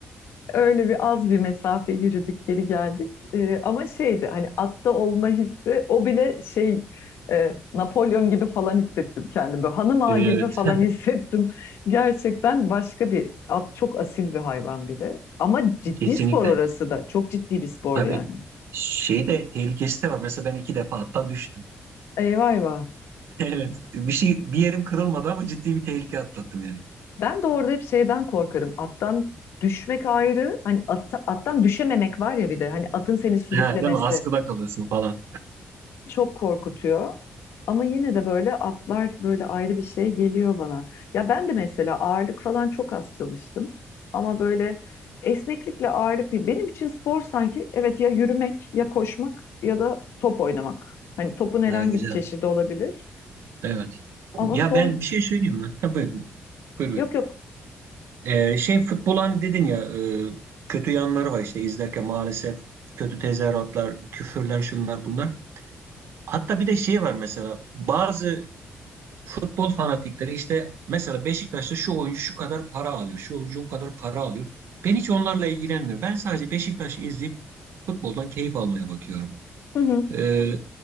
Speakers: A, on the left; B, on the right.
A: Öyle bir az bir mesafe yürüdük geri geldik. Ee, ama şeydi hani atta olma hissi o bile şey e, Napolyon gibi falan hissettim kendimi. Hanım ağa
B: Evet.
A: gibi falan <laughs> hissettim. Gerçekten başka bir at çok asil bir hayvan bir de. Ama ciddi
B: <laughs> Kesinlikle.
A: spor orası da çok ciddi bir spor
B: Tabii.
A: yani.
B: Şey de tehlikesi de var. Mesela ben iki defa attan düştüm.
A: Eyvah eyvah.
B: <laughs> Evet. Bir şey bir yerim kırılmadı ama ciddi bir tehlike atlattım yani.
A: Ben de orada hep şeyden korkarım. Attan düşmek ayrı. Hani at, attan düşememek var ya bir de. Hani atın seni sürüklemesi.
B: Ha, değil mi? Askıda kalırsın falan.
A: çok korkutuyor. Ama yine de böyle atlar böyle ayrı bir şey geliyor bana. Ya ben de mesela ağırlık falan çok az çalıştım. Ama böyle esneklikle ağırlık değil. Benim için spor sanki evet ya yürümek ya koşmak ya da top oynamak. Hani topun herhangi
B: Ha, güzel.
A: bir çeşidi olabilir.
B: Evet.
A: Ama
B: Ya
A: son
B: ben bir şey söyleyeyim mi? Ha, buyurun. Buyur, buyur.
A: yok yok.
B: Ee, şey futbol hani dedin ya e, kötü yanları var işte izlerken maalesef kötü tezahüratlar, küfürler şunlar bunlar. Hatta bir de şey var mesela bazı futbol fanatikleri işte mesela Beşiktaş'ta şu oyuncu şu kadar para alıyor, şu oyuncu bu kadar para alıyor. Ben hiç onlarla ilgilenmiyorum. Ben sadece Beşiktaş'ı izleyip futboldan keyif almaya bakıyorum.
A: Hı hı,
B: Ee,